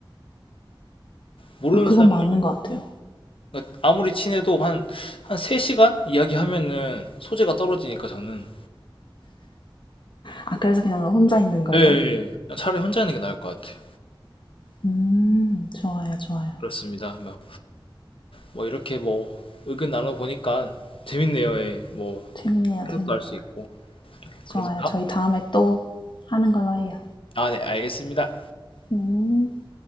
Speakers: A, on the left; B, on the left.
A: 모르는
B: 아, 그건
A: 사람들
B: 맞는 것 같아요.
A: 그러니까 아무리 친해도 한 한 3시간 이야기하면은 소재가 떨어지니까 저는
B: 아, 그래서 그냥 혼자 있는 걸로?
A: 예, 예. 냥 차라리 혼자 있는 게 나을 것 같아요.
B: 음, 좋아요, 좋아요.
A: 그렇습니다. 뭐, 뭐 이렇게 뭐 의견 나눠보니까 재밌네요. 예. 뭐
B: 재밌네요,
A: 생각도
B: 재밌네요.
A: 할 수 있고
B: 좋아요.
A: 그러면 다
B: 저희 다음에 또 하는 걸로 해요.
A: 아, 네, 알겠습니다.
B: 음.